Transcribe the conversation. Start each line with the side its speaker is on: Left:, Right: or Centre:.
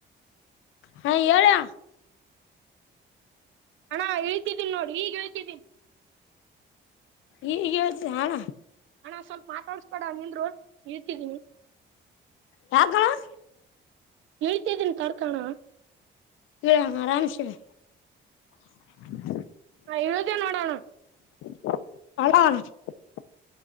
Left: ಹಾ ಹೇಳಾ
Right: ಹಣ ಹೇಳ್ತಿದ್ದೀನಿ ನೋಡಿ ಈಗ ಹೇಳ್ತಿದ್ದೀನಿ
Left: ಈ ಇ ಹಣ
Right: ಹಣ್ಣ ಸ್ವಲ್ಪ ಮಾತಾಡ್ಸಬೇಡ ನಿಂದರು ಇಳೀತೀನಿ
Left: ಯಾಕ ಅಣ್ಣಾ
Right: ಎಳ್ತೇದನ ತಡಕಣಾ
Left: ಹ ಆರಾಮ್ಸಿ ಇಳಿ ಹ
Right: ಹ ಇಳಿದೆ ನೋಡು ಅಣ್ಣಾ
Left: ಹ